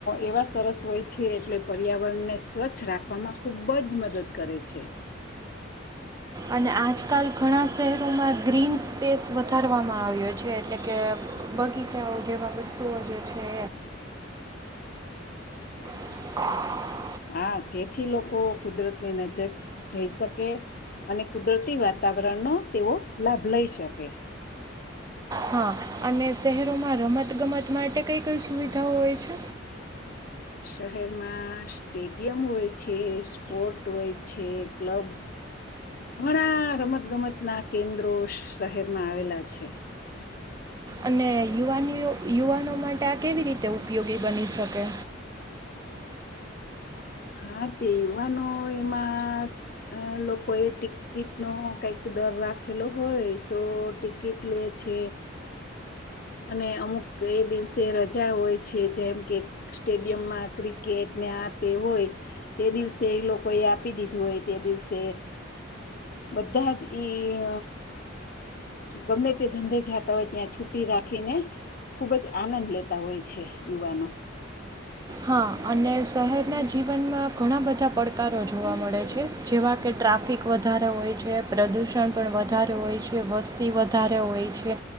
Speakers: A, on the left (about 50°); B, on the right (about 20°).
A: એવા સરસ હોય છે એટલે પર્યાવરણને સ્વચ્છ રાખવામાં ખૂબ જ મદદ કરે છે.
B: અને આજકાલ ઘણા શહેરોમાં ગ્રીન સ્પેસ વધારવામાં આવ્યો છે એટલે કે બગીચાઓ જેવા વસ્તુઓ જે છે. <unintelligible>
A: હા જેથી લોકો કુદરતની નજક જઈ શકે અને કુદરતી વાતાવરણનો તેઓ લાભ લઈ શકે
B: હા અને શહેરોમાં રમત ગમત માટે કઈ કઈ સુવિધાઓ હોય છે.
A: શહેરમાં સ્ટેડિયમ હોય છે સ્પોર્ટ હોય છે ક્લબ ઘણા રમત ગમત ના કેન્દ્રો શહેરમાં આવેલા છે.
B: અને યુવાનીઓ યુવાનો માટે આ કેવી રીતે ઉપયોગી બની શકે
A: હા તેવાનો એમાં લોકો એ ટિકિટ નો કંઈક દર રાખેલો હોય તો ટિકિટ લે છે. અને અમુક એ દિવસે રજા હોય છે જેમ કે સ્ટેડિયમમાં ક્રિકેટને આ તે હોય તે દિવસે એ લોકો એ આપી દીધું હોય તે દિવસે બધા જ ઈ ગમે તે ધંધે જાતા હોય ત્યાં છુટી રાખીને ખુબ જ આનંદ લેતા હોય છે યુવાનો
B: હા અને શહેરના જીવનમાં ઘણા બધા પડકારો જોવા મળે છે જેવા કે ટ્રાફિક વધારે હોય છે પ્રદૂષણ પણ વધારે હોય છે વસ્તી વધારે હોય છે